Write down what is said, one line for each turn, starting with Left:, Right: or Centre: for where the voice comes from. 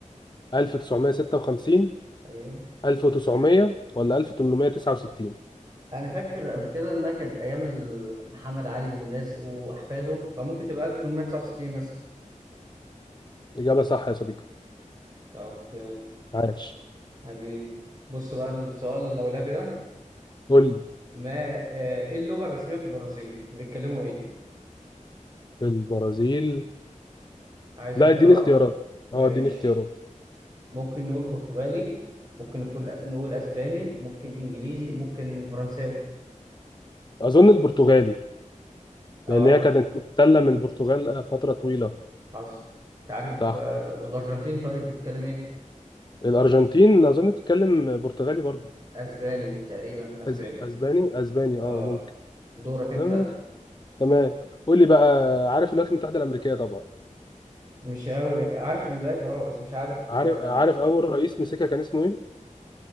Left: 1956
Right: ايوه
Left: 1900 ولا 1869
Right: انا فاكر قبل كده انها كانت ايام ال- محمد علي والناس واحفاده فممكن تبقى 1869 مثلا
Left: إجابة صح يا صديقي
Right: طب يلا
Left: عاش
Right: حبيبي بص بقى السؤال اللولبي ده
Left: قول لي،
Right: ما آه، ايه اللغة الرسمية في البرازيل بيتكلموا ايه
Left: البرازيل
Right: عايز
Left: لا
Right: اختيارات
Left: اديني اختيارات
Right: ماشي
Left: اه اديني اختيارات
Right: ممكن نقول برتغالي ممكن نقول نقول اسباني ممكن انجليزي ممكن فرنساوي
Left: اظن البرتغالي
Right: اه
Left: لان هي كانت محتله من البرتغال فتره طويله
Right: حصل تعرف
Left: صح
Right: آه والارجنتين طيب بتتكلم ايه
Left: الارجنتين اظن بتتكلم برتغالي برضه
Right: اسباني تقريبا اسباني
Left: أز... اسباني اسباني
Right: اه
Left: اه ممكن
Right: دورك انت
Left: تمام تمام قول لي بقى عارف الولايات المتحده الامريكيه طبعا
Right: مش قوي عارف الولايات اه بس مش عارف
Left: عارف
Right: آه
Left: عارف اول رئيس مسكها كان اسمه ايه